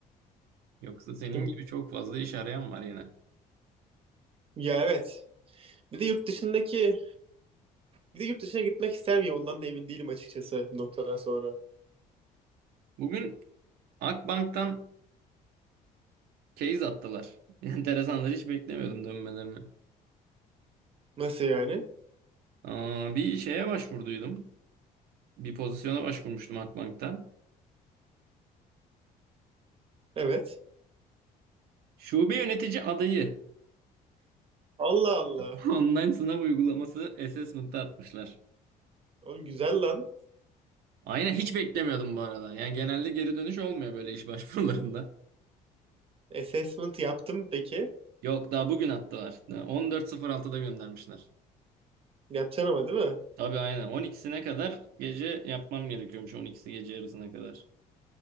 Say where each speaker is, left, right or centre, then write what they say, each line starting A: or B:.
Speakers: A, on the right; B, on the right.
A: Yoksa senin
B: Şimdi,
A: gibi çok fazla iş arayan var yine.
B: ya evet. Bir de yurt dışındaki bir de yurt dışına gitmek ister miyim? Ondan da emin değilim açıkçası bu noktadan sonra.
A: Bugün Akbank'tan Case attılar. <laughs> Enteresanlar hiç beklemiyordum dönmelerini.
B: Nasıl yani?
A: Aa, bir şeye başvurduydum. Bir pozisyona başvurmuştum Akbank'tan.
B: Evet.
A: Şube yönetici adayı.
B: Allah Allah.
A: <laughs> Online sınav uygulaması assessment'a atmışlar.
B: Oğlum güzel lan.
A: Aynen hiç beklemiyordum bu arada. Yani genelde geri dönüş olmuyor böyle iş <laughs> başvurularında.
B: Assessment yaptım peki.
A: Yok daha bugün attılar. 14.06'da göndermişler.
B: Yapacaksın ama değil mi?
A: Tabii aynen. 12'sine kadar gece yapmam gerekiyormuş. 12'si gece yarısına kadar.